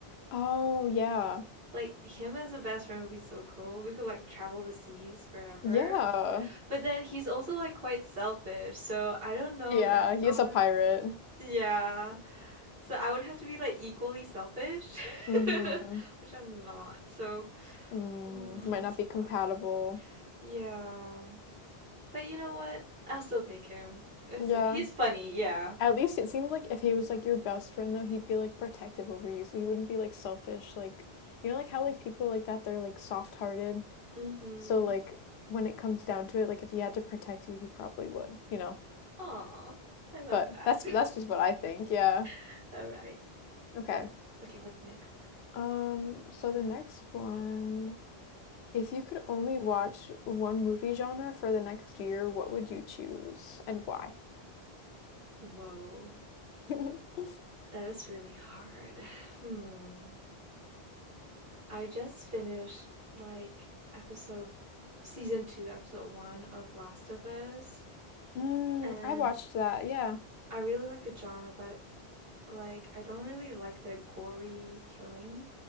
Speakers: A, on the left (about 75°); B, on the right (about 60°).
A: Oh, yeah.
B: Like him as a best friend would be so cool. We could like travel the seas forever.
A: Yeah.
B: But then he's also like quite selfish, so I don't know
A: Yeah,
B: if
A: he's
B: I want
A: a
B: to.
A: pirate.
B: Yeah. So I would have to be like equally selfish,
A: Mm-hmm.
B: <laughs> which I'm not. So
A: Mm,
B: mm,
A: might
B: it's
A: not be compatible.
B: hard. Yeah. But you know what? I'll still pick him. It's
A: Yeah.
B: he's funny, yeah.
A: At least it seemed like if he was like your best friend though, he'd be like protective over you, so he wouldn't be like selfish. Like you know, like how like people like that, they're like soft-hearted.
B: Mm-hmm.
A: So like when it comes down to it, like if he had to protect you, he probably would, you know.
B: Aw, I love
A: But
B: that.
A: that's that's just what I think. Yeah.
B: <laughs> All right.
A: Okay.
B: Okay, what's next?
A: Um, so the next one. If you could only watch one movie genre for the next year, what would you choose and why?
B: Whoa,
A: <laughs>
B: that is really hard. Hmm. I just finished like episode season two, episode one of Last of Us,
A: Mm,
B: and
A: I watched that, yeah.
B: I really like the genre, but like I don't really like the gory killing